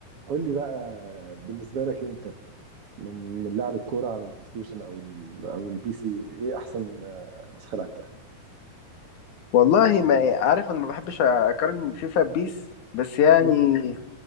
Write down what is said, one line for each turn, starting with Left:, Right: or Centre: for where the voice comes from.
Right: قول لي بقى بالنسبة لك انت من من لعب الكورة على البلاي ستيشن او ال او البي سي ايه احسن آه، نسخة لعبتها؟
Left: والله ما يعني، عارف انا ما بحبش اقارن فيفا ببيس بس يعني
Right: مم.